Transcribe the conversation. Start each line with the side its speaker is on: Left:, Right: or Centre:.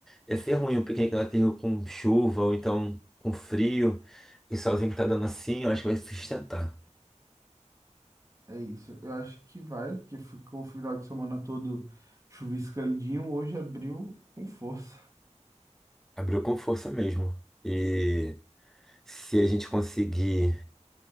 Centre: Ia ser ruim um piquenique na terra com chuva ou então com frio. E solzinho que tá dando assim, eu acho que vai sustentar.
Right: É isso. Eu acho que vai, porque ficou o final de semana todo chuviscandinho. Hoje abriu com força.
Centre: Abriu com força mesmo. E se a gente conseguir